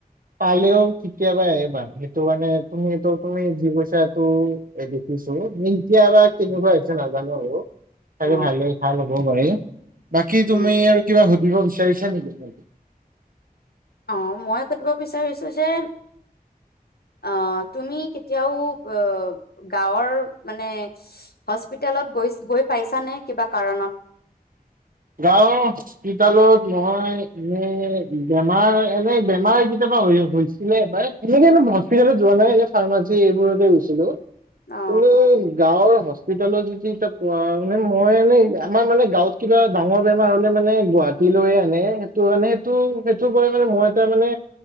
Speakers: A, on the right; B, on the left.
A: পালেও কিতিয়াবা এবাৰ সেইটোকাৰণে তুমিটো, তুমি যি কৈছাটো দেখিছো ইতিয়াবা কেনেকুৱা হৈছে নাজানো আৰু চাগে
B: অ
A: ভালে, ভাল হ'ব পাৰে বাকী তুমি
B: উম
A: আৰু কিবা সুধিব বিচ চলচা নক
B: অ মই সুধিব বিচাৰিছো যে অ তুমি কেতিয়াও আহ গাঁৱৰ মানে হস্পিতেলত গৈ গৈ পাইছানে কিবা কাৰণত
A: গাঁওৰ হস্পিতালত মই এনে বেমাৰ এনে বেমাৰ কেতিয়াবা হৈছিলে বা এনেকে হস্পিতালত যোৱা নাই ফাৰ্মাচী এইবোৰতে গৈছিলো
B: অ
A: কিন্তু গাঁৱৰ হস্পিতালৰ য এ কোৱা মানে মই মানে আমাৰ মানে গাঁৱত কিবা ডাঙৰ বেমাৰ হলে মানে গুৱাহাটী লৈয়ে আনে সেইটো মানে সেইটো সেইটোৰ পৰা মানে মই এটা মানে